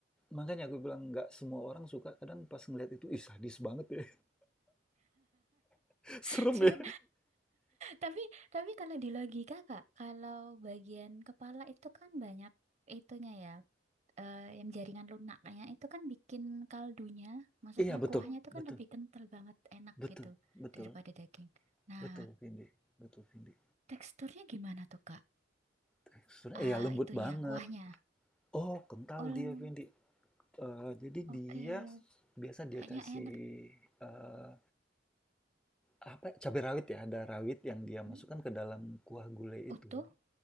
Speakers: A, in the centre; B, on the right.
A: makanya aku bilang nggak semua orang suka. Kadang pas ngeliat itu, "Ih, sadis banget ya, <laughs>
B: <laughs>
A: serem
B: Cuman,
A: ya."
B: tapi tapi kalau di logika, Kak, kalau bagian kepala itu kan banyak itunya ya. eh, yang jaringan lunaknya itu kan bikin kaldunya, maksudnya
A: Iya, Ya betul
B: kuahnya itu kan
A: betul
B: lebih kental banget, enak
A: betul
B: gitu
A: betul
B: daripada daging. Nah,
A: betul, Vindi betul, Vindi.
B: teksturnya gimana tuh Kak?
A: Teksturnya
B: Ah,
A: iya, lembut
B: itunya
A: Ya banget.
B: kuahnya.
A: Oh, kental
B: Oh,
A: dia, Vindi. Eee, jadi
B: oke.
A: dia Mhm. biasa dia
B: Kayaknya
A: kasih,
B: enak.
A: eee, apa, ya, cabai rawit ya, ada rawit yang dia masukkan
B: Hmm,
A: ke dalam kuah gulai
B: Utuh?
A: itu.